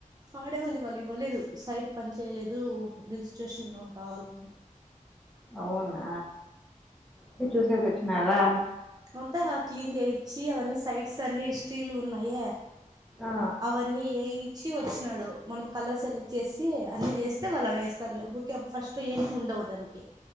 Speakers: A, on the right; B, in the centre.
A: ఆడే ఉంది వాళ్ళు ఇవ్వలేదు సైట్ పని చేయలేదు రిజిస్ట్రేషన్ కావాలి
B: అవునా ఉరికు చూసేసి వచ్చినారా
A: అంతా క్లీన్ చేయిచ్చి అవన్నీ సైడ్స్ అన్ని స్టీల్వున్నాయి
B: ఆ
A: అవన్నీ ఏయిచ్చి వచ్చినాడు మనం కలర్ సెలెక్ట్ చేసి అన్ని చేస్తే వాళ్ళవేస్తారు లేక ఊరికే ఫస్ట్ లో ఏంటివి ఉండవు దానికి